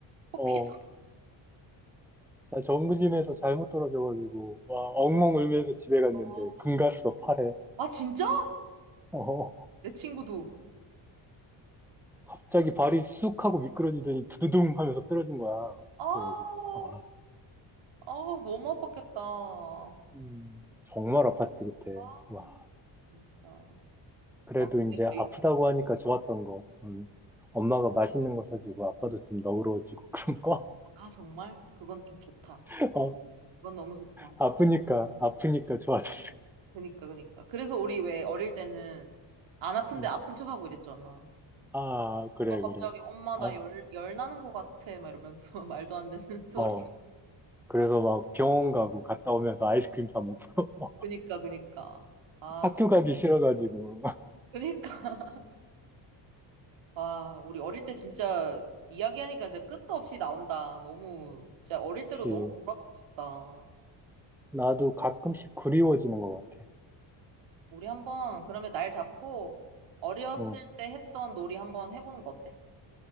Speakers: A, on the right; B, in the centre.
A: 코피
B: 어, 나 정규짐에서 잘못 떨어져가지고, 와, 엉엉 울면서 집에 갔는데,
A: 나.
B: 금갔어, 팔에.
A: 아, 진짜?
B: 어,
A: 내 친구도.
B: 갑자기 발이 쑥 하고 미끄러지더니 두두둥 하면서 떨어진 거야.
A: 아, 아,
B: 그래가지고, 아,
A: 너무 아팠겠다.
B: 음, 정말 아팠지, 그때.
A: 아,
B: 와,
A: 진짜.
B: 그래도
A: 와, 근데
B: 이제
A: 우리,
B: 아프다고 하니까 좋았던 거. 음, 엄마가 맛있는 거 사주고, 아빠도 좀 너그러워지고, 그런 거.
A: 아, 정말? 그건 좀 좋다.
B: <laughs> 어,
A: 그건 너무 좋다.
B: 아프니까, 아프니까 좋아졌어.
A: 그니까, 그니까. 그래서 우리 왜 어릴 때는 안 아픈데
B: 음,
A: 아픈 척하고 이랬잖아.
B: 아, 그래,
A: 어, 갑자기
B: 그래.
A: 엄마
B: 아,
A: 나 열, 열 나는 것 같아 막 이러면서 <laughs> 말도 안 되는 <laughs> 소리.
B: 어. 그래서 막 병원 가고 갔다 오면서 아이스크림 사 먹고. <laughs>
A: 그니까 그니까. 아
B: 학교
A: 진짜
B: 가기 싫어가지고. <laughs>
A: 그니까. 와 우리 어릴 때 진짜 이야기하니까 진짜 끝도 없이 나온다. 너무 진짜 어릴
B: 그치.
A: 때로 너무 돌아가고 싶다.
B: 나도 가끔씩 그리워지는 것 같아.
A: 우리 한번 그러면 날 잡고 어렸을
B: 응.
A: 때 했던 놀이 한번 해보는 거 어때?